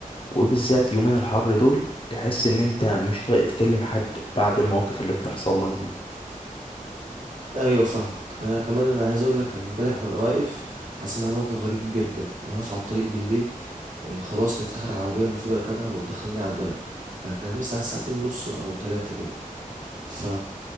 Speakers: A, on the left; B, on the right.
A: وبالذات يومين الحر دول تحس إن أنت مش طايق تكلم حد بعد المواقف اللي بتحصل لك دي
B: ايوه فاهمك انا كمان انا عايز اقول لك يعني امبارح وانا واقف حصل معايا موقف غريب جدا انا واقف على الطريق بالليل إيه، خلاص كانت اخر عربيه المفروض اركبها وتدخلني على البلد كان كان الساعه الساعه 2 ونص او 3 كده ف